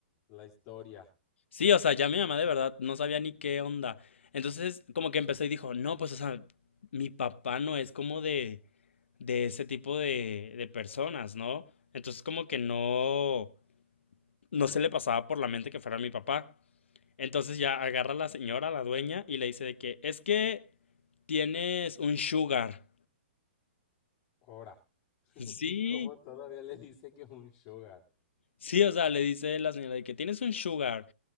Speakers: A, on the left (about 35°); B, on the left (about 75°).
A: la historia,
B: Sí, o sea, ya mi mamá de verdad no sabía ni qué onda. Entonces, como que empezó y dijo, no, pues, o sea, mi papá no es como de, de ese tipo de, de personas, ¿no? Entonces, como que no, no se le pasaba por la mente que fuera mi papá. Entonces ya agarra a la señora, la dueña, y le dice de que es que tienes un sugar.
A: ahora, <laughs>
B: Sí,
A: como todavía le dice que un sugar.
B: sí, o sea, le dice la señora de que tienes un sugar.